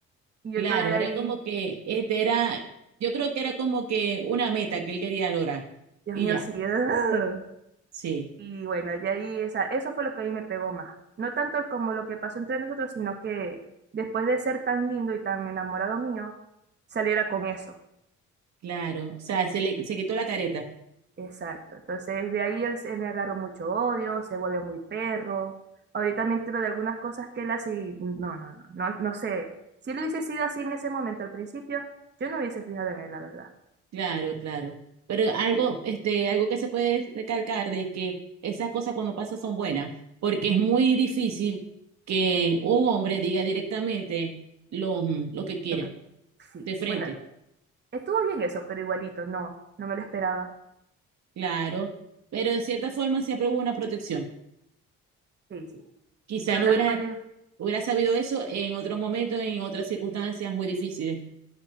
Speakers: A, on the right; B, on the right.
A: Y yo
B: Claro,
A: todavía
B: era
A: ahí,
B: como que, este era, yo creo que era como que una meta que él quería lograr.
A: Dios
B: Y
A: mío,
B: ya,
A: sí. ugh.
B: sí,
A: Y bueno, de ahí, esa, eso fue lo que a mí me pegó más. No tanto como lo que pasó entre nosotros, sino que después de ser tan lindo y tan enamorado mío, saliera con eso.
B: claro. O sea, se le, se quitó la careta.
A: Exacto. Entonces, de ahí él, se- me agarró mucho odio, se volvió muy perro. Ahorita me entero de algunas cosas que él hace y no, no, no, no, no sé. Si lo hubiese sido así en ese momento al principio, yo no hubiese fijado en él, la verdad.
B: Claro, claro. Pero algo, este, algo que se puede recalcar de que esas cosas cuando pasan son buenas, porque es muy difícil que un hombre diga directamente lo, lo que quiere,
A: Lo que sí.
B: de frente,
A: Bueno, estuvo bien eso, pero igualito, no, no me lo esperaba.
B: claro. Pero de cierta forma siempre hubo una protección.
A: Sí, sí.
B: Quizás
A: Por lo
B: no
A: menos
B: hubieras,
A: no llegué.
B: hubieras sabido eso en otro momento, en otras circunstancias muy difíciles.